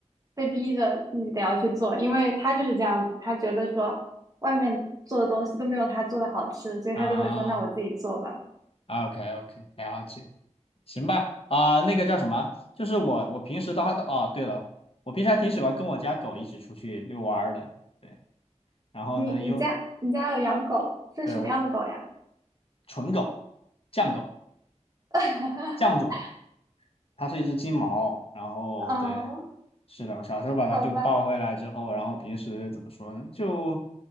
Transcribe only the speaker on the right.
被逼着自己得要去做，因为她就是这样子，她觉得说外面做的东西都没有她做的好吃，所以她就会说那我自己做吧。
你你家你家有养狗，
是什么样的狗呀？
<laughs>
啊，
好吧，